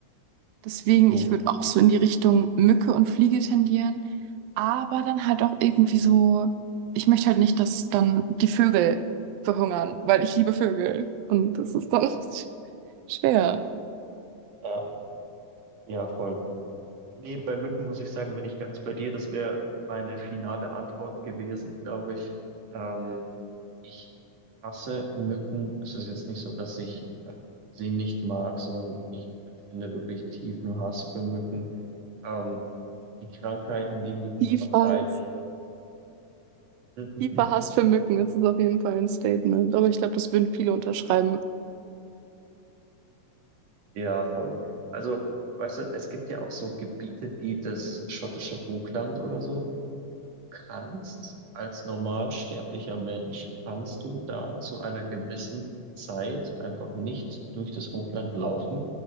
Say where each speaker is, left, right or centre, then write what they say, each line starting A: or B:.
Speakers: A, on the right; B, on the right.
A: Deswegen,
B: mm,
A: ich
B: uh,
A: würde auch so in die Richtung Mücke und Fliege tendieren, aber dann halt auch irgendwie so, ich möchte halt nicht, dass dann die Vögel verhungern, weil ich liebe Vögel und das ist dann <laughs> schwer.
B: Ja, ja, voll. Nee, bei Mücken muss ich sagen, bin ich ganz bei dir. Das wäre meine finale Antwort gewesen, glaube ich. Ähm, Ich hasse Mücken. Es ist jetzt nicht so, dass ich äh, sie nicht mag, sondern ich empfinde wirklich tiefen Hass für Mücken. Ähm, die Krankheiten, die Mücken
A: Tiefer
B: verbreiten.
A: Hass,
B: <laughs>
A: tiefer Hass für Mücken, das ist auf jeden Fall ein Statement, aber ich glaube, das würden viele unterschreiben.
B: Ja, voll. Also, weißt du, es gibt ja auch so Gebiete wie das schottische Hochland oder so. Kannst als normalsterblicher Mensch, kannst du da zu einer gewissen Zeit einfach nicht durch das Hochland laufen,